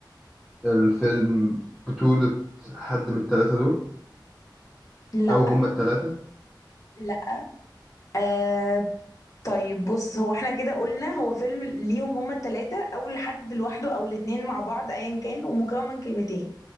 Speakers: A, in the centre; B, on the left.
A: الفيلم بطولة حد من التلاتة دول؟
B: لا
A: أو هما التلاتة؟
B: لا آه طيب بص هو احنا كده قلنا هو فيلم ليهم هما التلاتة او لحد لوحده او الاتنين مع بعض ايا كان ومكون من كلمتين